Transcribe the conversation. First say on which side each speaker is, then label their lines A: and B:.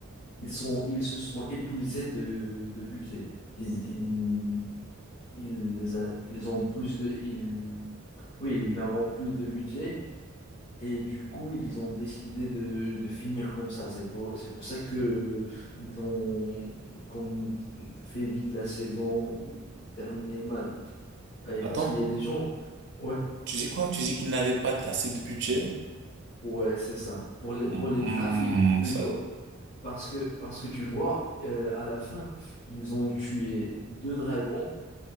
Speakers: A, on the left; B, on the right.
A: Ils sont, ils se sont épuisés de, de budget. Ils, ils, ils, a- ils ont plus de, ils, oui, ils n'avaient plus de budget et du coup, ils ont décidé de, de finir comme ça. C'est pour, c'est pour ça que ils ont comme fait vite la saison ou terminé mal. Et
B: Attends,
A: parce qu'il y a des gens, ouais,
B: tu dis quoi? Tu dis qu'ils n'avaient pas assez de budget?
A: ouais, c'est ça. Pour les,
B: Hmm,
A: pour les graphiques plutôt.
B: ça,
A: Parce que, parce que tu vois, euh, à la fin, ils ont tué deux dragons